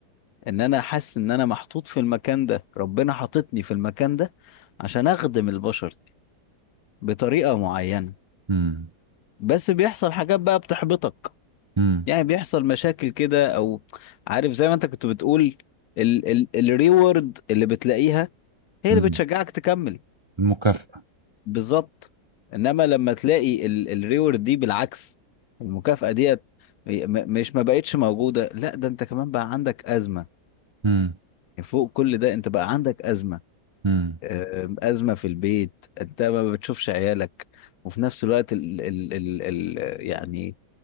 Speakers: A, on the left; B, on the right.
A: ان انا حاسس ان انا محطوط في المكان ده ربنا حاططني في المكان ده عشان اخدم البشر دي بطريقة معينة
B: امم
A: بس بيحصل حاجات بقى بتحبطك
B: امم
A: يعني بيحصل مشاكل كده او عارف زي ما انت كنت بتقول ال ال الريورد اللي بتلاقيها هي
B: امم
A: اللي بتشجعك تكمل
B: المكافأة
A: بالظبط انما لما تلاقي ال الريورد دي بالعكس المكافأة ديت م- مش ما بقتش موجودة لا ده انت كمان بقى عندك أزمة
B: امم
A: يعني فوق كل ده انت بقى عندك أزمة
B: امم
A: آه، أزمة في البيت انت ما بتشوفش عيالك وفي نفس الوقت ال ال ال ال يعني